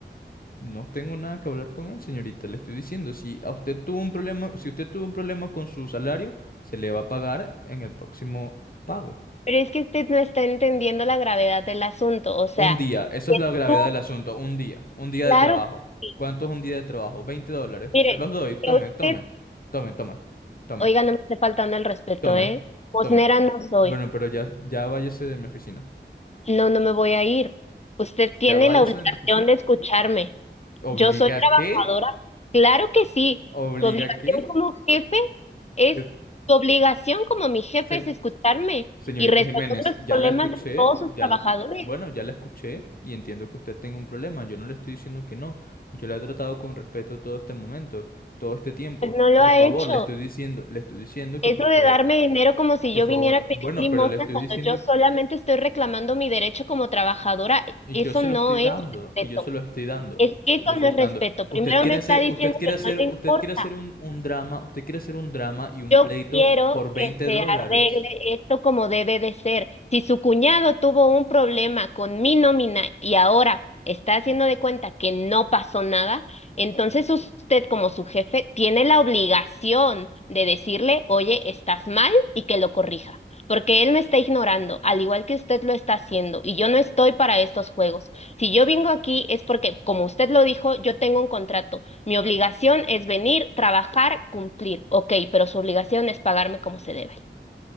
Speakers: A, on the left; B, on the left.
A: No tengo nada que hablar con él, señorita. Le estoy diciendo, si a usted tuvo un problema, si usted tuvo un problema con su salario, se le va a pagar en el próximo pago.
B: pero es que usted no está entendiendo la gravedad del asunto. O sea,
A: Un día, eso es la gravedad
B: tú,
A: del asunto, un día, un día
B: claro
A: de trabajo.
B: que sí.
A: ¿Cuánto es un día de trabajo? 20 dólares.
B: Mire,
A: Se los doy, tome,
B: que usted,
A: tome, tome, tome, tome,
B: oiga, no me esté faltando el respeto,
A: tome,
B: ¿eh? Mosnera
A: tome.
B: no soy.
A: Bueno, pero ya, ya váyase de mi oficina.
B: No, no me voy a ir. Usted tiene
A: Ya váyase
B: la obligación
A: de mi oficina.
B: de escucharme.
A: ¿Obliga
B: Yo soy trabajadora.
A: qué?
B: Claro que sí.
A: ¿Obliga
B: Su obligación
A: qué?
B: como jefe es,
A: Que-
B: su obligación como mi jefe
A: se-
B: es escucharme
A: Señorita
B: y resolver
A: Jiménez,
B: los
A: ya
B: problemas
A: la escuché,
B: de todos
A: ya,
B: sus trabajadores.
A: la- bueno, ya la escuché y entiendo que usted tenga un problema. Yo no le estoy diciendo que no. Yo la he tratado con respeto todo este momento, todo este tiempo.
B: Pues no lo
A: Por
B: ha
A: favor,
B: hecho.
A: le estoy diciendo, le estoy diciendo que
B: Eso
A: por
B: de
A: favor,
B: darme dinero como si
A: por
B: yo
A: favor,
B: viniera a pedir
A: bueno,
B: limosna
A: pero le estoy
B: cuando
A: diciendo
B: yo solamente estoy reclamando mi derecho como trabajadora,
A: y
B: eso
A: yo se
B: no
A: lo estoy
B: es
A: dando y
B: respeto.
A: yo se lo estoy dando.
B: Es que eso
A: Yo se
B: no
A: lo
B: es
A: estoy
B: respeto.
A: dando. Usted
B: Primero
A: quiere
B: me está
A: hacer,
B: diciendo
A: usted quiere
B: que
A: hacer,
B: no le
A: usted
B: importa.
A: quiere hacer un, un drama, usted quiere hacer un drama y un
B: Yo
A: pleito
B: quiero
A: por 20
B: que se
A: dólares.
B: arregle esto como debe de ser. Si su cuñado tuvo un problema con mi nómina y ahora está haciendo de cuenta que no pasó nada, entonces usted como su jefe tiene la obligación de decirle, oye, estás mal y que lo corrija. Porque él me está ignorando, al igual que usted lo está haciendo, y yo no estoy para estos juegos. Si yo vengo aquí es porque, como usted lo dijo, yo tengo un contrato. Mi obligación es venir, trabajar, cumplir. Ok, pero su obligación es pagarme como se debe.